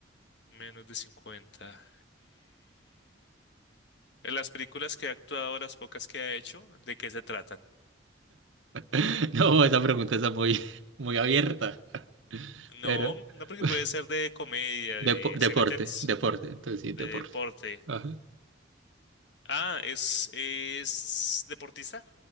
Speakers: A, on the left (about 65°); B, on the right (about 85°).
A: menos de 50. En las películas que ha actuado, las pocas que ha hecho, ¿de qué se tratan?
B: <laughs> No, esa pregunta está muy, muy abierta. Pero
A: No, no porque
B: <laughs>
A: puede ser de comedia,
B: depo-
A: de,
B: deporte,
A: ¿sí me entiendes?
B: deporte. Entonces sí, deporte.
A: De deporte.
B: Ajá.
A: Ah, es, es deportista.